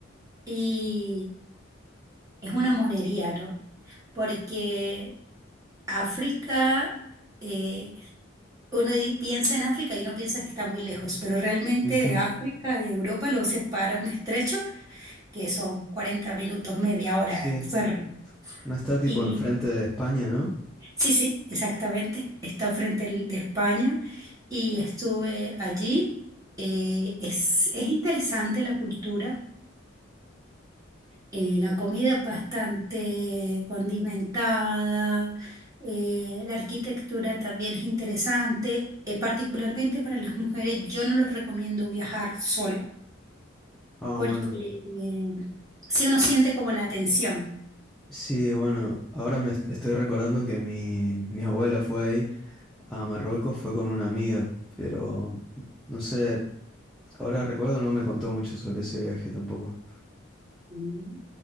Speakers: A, on the right (about 15°); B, in the centre.
A: y es una monería, ¿no? Porque África, eh, uno di- piensa en África y uno piensa que está muy lejos, pero realmente
B: Ujú,
A: de África, de Europa, lo separa un estrecho que son 40 minutos, media hora
B: Sí.
A: en ferry.
B: No está tipo
A: Y
B: enfrente de España, ¿no?
A: sí, sí, exactamente, está frente al- de España y estuve allí. Eh, es, es interesante la cultura Eh, la comida es bastante condimentada, eh, la arquitectura también es interesante. eh, particularmente para las mujeres, yo no les recomiendo viajar sola
B: Ah,
A: porque
B: bueno.
A: eh, si uno siente como la tensión.
B: Sí, bueno. Ahora me est- estoy recordando que mi, mi abuela fue ahí a Marruecos, fue con una amiga, pero no sé, ahora recuerdo no me contó mucho sobre ese viaje tampoco.
A: Mm.